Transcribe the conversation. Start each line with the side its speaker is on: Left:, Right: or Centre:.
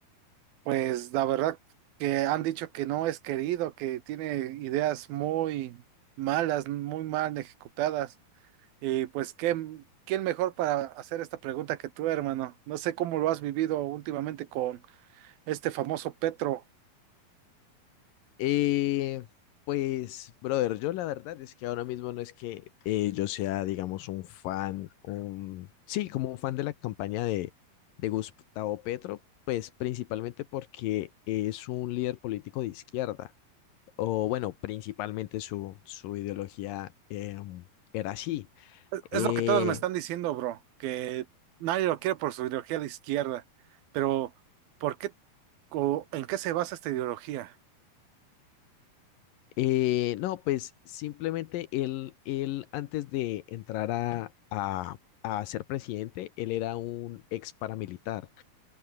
Right: pues la verdad que han dicho que no es querido, que tiene ideas muy malas, muy mal ejecutadas. Y pues, ¿quién, quién mejor para hacer esta pregunta que tú, hermano? No sé cómo lo has vivido últimamente con este famoso Petro.
Left: Eh, pues, brother, yo la verdad es que ahora mismo no es que eh, yo sea, digamos, un fan, un... sí, como un fan de la campaña de, de Gustavo Petro, pues principalmente porque es un líder político de izquierda, o bueno, principalmente su, su ideología em, era así. Eh,
Right: Es lo que todos me están diciendo, bro, que nadie lo quiere por su ideología de izquierda. Pero, ¿por qué o en qué se basa esta ideología?
Left: Eh, no, pues simplemente él, él antes de entrar a, a, a ser presidente, él era un ex paramilitar.